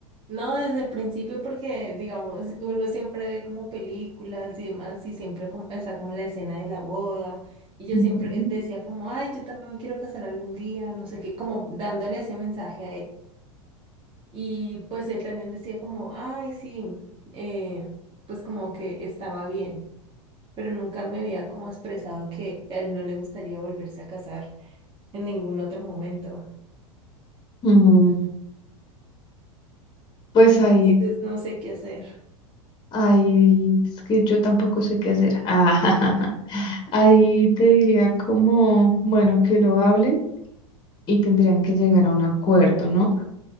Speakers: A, on the right; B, on the left.
A: No, desde el principio porque, digamos, uno siempre ve como películas y demás y siempre como, está como la escena de la boda y yo
B: Ujú.
A: siempre decía como, ay, yo también me quiero casar algún día, no sé qué, como dándole ese mensaje a él. Y pues él también decía como, ay, sí, eh, pues como que estaba bien, pero nunca me había como expresado que a él no le gustaría volverse a casar en ningún otro momento.
B: Mm, Pues
A: Pero entonces
B: ahí,
A: no sé qué hacer.
B: ahí, es que yo tampoco sé qué hacer. <laughs> Ah, ahí te diría como, bueno, que lo hablen y tendrían que llegar a un acuerdo, ¿no?